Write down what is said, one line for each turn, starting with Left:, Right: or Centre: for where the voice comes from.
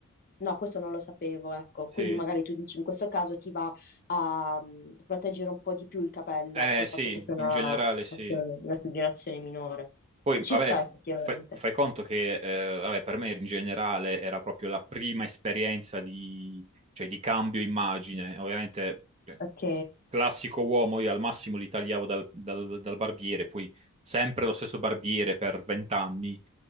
Left: No, questo non lo sapevo, ecco.
Right: Sì.
Left: Quindi magari tu dici in questo caso ti va a mm, proteggere un po' di più il capello
Right: Eh
Left: col
Right: sì,
Left: fatto che c'è una,
Right: in generale sì.
Left: ok, una esogerazione minore.
Right: Poi,
Left: Ci
Right: vabbè,
Left: sta effettivamente.
Right: fai, fai conto che, eh, vabbè, per me in generale era proprio la prima esperienza di, cioè, di cambio immagine. Ovviamente, cioè,
Left: Ok.
Right: classico uomo, io al massimo li tagliavo dal, dal- dal barbiere, poi sempre lo stesso barbiere per vent'anni.